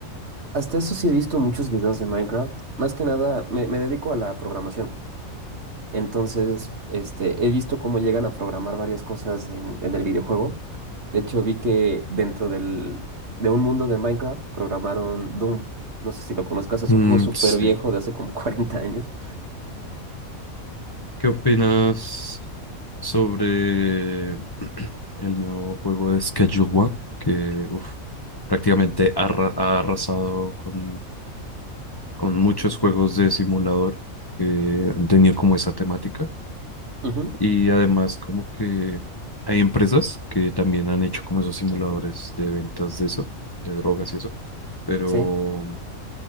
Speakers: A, on the right (about 55°); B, on the left (about 20°).
A: Hasta eso sí he visto muchos videos de Minecraft. Más que nada, me, me dedico a la programación. Entonces, este, he visto cómo llegan a programar varias cosas en, en el videojuego. De hecho, vi que dentro del, de un mundo de Minecraft programaron Doom. No sé si lo conozcas, es
B: Mm,
A: un juego súper
B: sí.
A: viejo de hace como <laughs> 40 años.
B: ¿Qué opinas sobre <clears throat> el nuevo juego de Schedule One? Que uf, prácticamente arra- ha arrasado con, con muchos juegos de simulador que han tenido como esa temática.
A: Ujú,
B: Y además como que hay empresas que también han hecho como esos simuladores de ventas de eso, de drogas y eso. Pero
A: Sí,